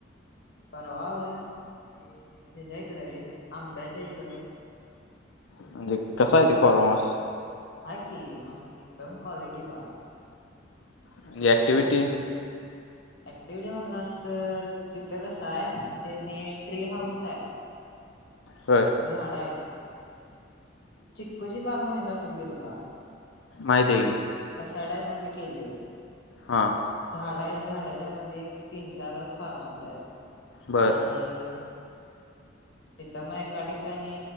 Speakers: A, on the left; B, on the left.
A: परवाव आहे ते हच्या इकडं रे आंब्याच्या इकडं
B: म्हणजे कसा येत फॉर्मस
A: आहे की मस् एकदम क्वालिटी बा
B: म्हणजे
A: बाहे
B: ऍक्टिव्हिटी
A: ललंर एवडे म्हणलं असत तिथं कसं आहे त्यांनी ट्री हाऊस आहे
B: बर
A: हाडायत आणि त चिक्कूची बाग माहित असेल की तुला
B: माहितीग
A: आषाढामध्येध्ये केले
B: हा
A: झाड झाडाच्या मध्ये एक तीन चार फार्म हाऊस आहेत
B: बर
A: आणि तिथं मग एका ठिकाणी